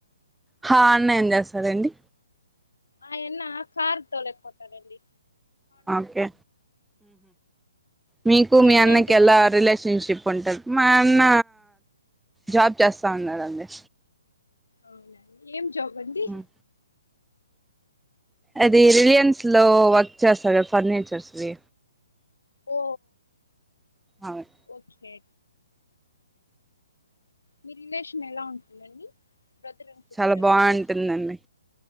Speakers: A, in the centre; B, on the left.
A: హ అన్న ఏం చేస్తారంండి
B: ఆ ఎన్న కార్ తొలేక్ పోతాడ అళ్డి
A: ఓకే మీకు మీ
B: అన్న
A: అన్నకి
B: ఏం చేస్తారండి
A: ఎలా రిలేషన్షిప్ ఉంటది మా అన్న జాబ్ చేస్తా ఉన్నండి
B: అవునా ఏం జాబ్ అంది
A: ఉమ్. అది రిలయన్స్ లో వర్క్ చేస్తారు ఫర్నిచర్స్ది
B: ఓ
A: అవును
B: ఓకే మీ రిలేషన్ ఎలా ఉంటుందండి బ్రదర్ అండ్ సిస్టర్
A: చాలా బాంటుందండి
B: రిలేషన్